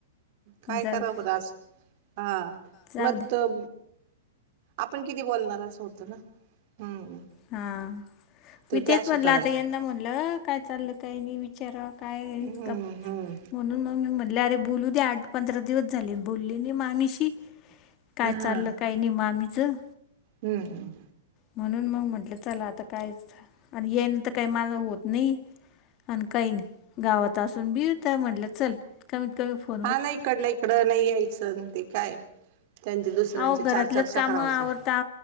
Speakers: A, on the right (about 45°); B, on the left (about 35°).
A: काय
B: जाऊ
A: करा
B: दे
A: बरं आज हा
B: जाऊ
A: मग
B: दे
A: त आपण किती बोलणार अस होत, ना हम्म!
B: हा.
A: तर
B: मी
A: ते
B: तेच
A: अशी
B: म्हणलं,
A: कराय
B: आता यांना म्हणलं काय चालल काय नाही विचार काय
A: हम्म
B: गप?
A: हम्म
B: म्हणून मग मी म्हटले, अरे बोलू दे आठ पंधरा दिवस झाले बोलली नाही मामी शी. काय
A: हा
B: चाललं, काही नाही मामीचं.
A: हम्म!
B: म्हणून मग म्हटलं चला, आता काय च आणि येन त काही माझ होत नाही. आणि काही नाही गावात असून मिळतयं म्हटलं चल. कमीत कमी फोन
A: हा नाही इकडलं इकडं नाही, यायचं ते काय? त्यांचे दुसऱ्यांचे
B: अहो!
A: चार
B: घरातलेच
A: चर्चा
B: काम
A: कराव
B: आवरता
A: होत्या